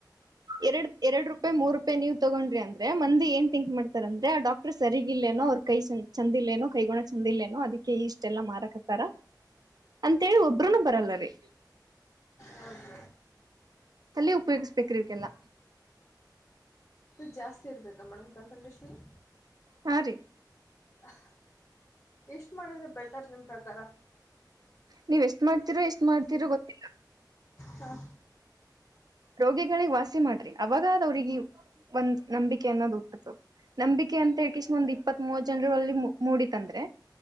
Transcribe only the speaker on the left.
ಹೌದು
ದ್ ಜಾಸ್ತಿ ಇರ್ಬೇಕಾ ಮೇಡಮ್ ಕನ್ಸಲ್ಟೇಷನ್.
ಹಾ ಇಷ್ಟ್ ಮಾಡಿದ್ರೆ ಬೆಟರ್ ನಿಮ್ ಪ್ರಕಾರ.
ಹಾಂ